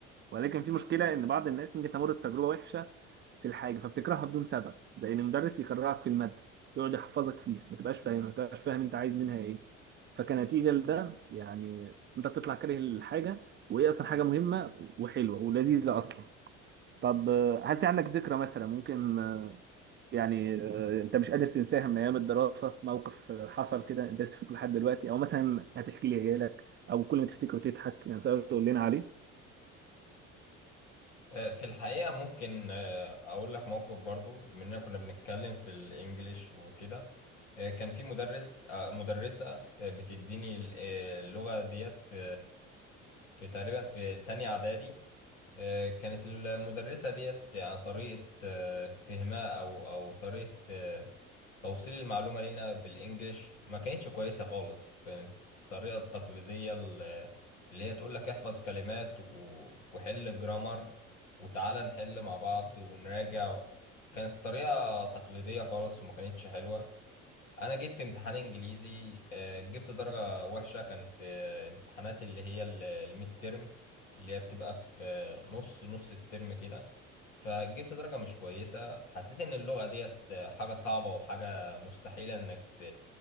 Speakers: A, on the right (about 30°); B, on the left (about 85°).
A: ولكن في مشكله ان بعض الناس ممكن تمر بتجربه وحشه في الحاجه فبتكرهها بدون سبب زي ان المدرس يكرهك في الماده يقعد يحفظك فيها ما تبقاش فاهمها ما تبقاش فاهم انت عايز منها ايه فكنتيجه لده يعني انت بتطلع كاره الحاجه وهي اصلا حاجه مهمه وحلوه ولذيذه اصلا طب آه، هل في عندك ذكرى مثلا ممكن آه، يعني آه، انت مش قادر تنساها من ايام الدراسه موقف آه، حصل كده انت لسه فاكره لحد دلوقتي او مثلا هتحكي لي عيالك او كل ما تفتكره تضحك يعني تقدر تقول لنا عليه
B: آه، في الحقيقة ممكن آه، أقول لك موقف برضو بما إننا كنا بنتكلم في الإنجليش وكده آه، كان في مدرس آه، مدرسة آه، بتديني ال- آه، اللغة ديت في في تقريبا في تانية إعدادي آه، كانت المدرسة ديت يعني طريقة آه، فهمها أو أو طريقة آه، توصيل المعلومة لينا بالإنجليش ما كانتش كويسة خالص كانت الطريقة التقليدية ال- اللي هي تقول لك احفظ كلمات و- وحل جرامر وتعالى نحل مع بعض ونراجع كانت طريقة تقليدية خالص وما كانتش حلوة انا جيت في امتحان انجليزي آه، جبت درجة وحشة كان في امتحانات اللي هي ال- الميد ترم اللي هي بتبقى في آه، نص نص الترم كده فجبت درجة مش كويسة حسيت ان اللغة ديت آه، حاجة صعبة وحاجة مستحيلة انك ت...